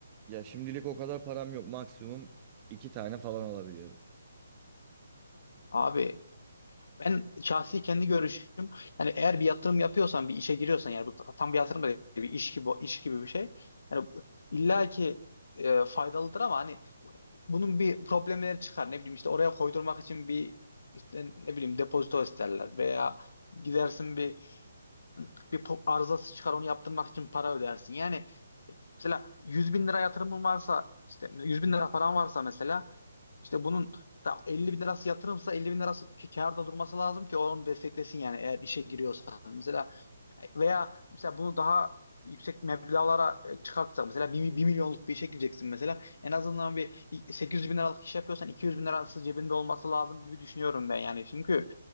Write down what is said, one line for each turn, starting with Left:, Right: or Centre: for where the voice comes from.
Right: Ya şimdilik o kadar param yok. Maksimum iki tane falan alabiliyorum.
Left: Abi Ben şahsi kendi görüşüm yani eğer bir yatırım yapıyorsan bir işe giriyorsan yani bu tam bir yatırım da değil bir iş gibi iş gibi bir şey. Yani illa ki e, faydalıdır ama hani bunun bir problemleri çıkar. Ne bileyim işte oraya koydurmak için bir işte ne bileyim depozito isterler veya gidersin bir bir po- arızası çıkar onu yaptırmak için para ödersin. Yani mesela yüz bin lira yatırımın varsa işte yüz bin lira paran varsa mesela işte bunun da 50 bin lirası yatırımsa elli bin lirası kâ- kârda durması lazım ki onu desteklesin yani eğer işe giriyorsan. Mesela veya mesela bunu daha yüksek meblağlara e, çıkartsak mesela bir milyonluk bir işe gireceksin mesela en azından bir sekiz yüz bin liralık iş yapıyorsan iki yüz bin lirası cebinde olması lazım gibi düşünüyorum ben yani çünkü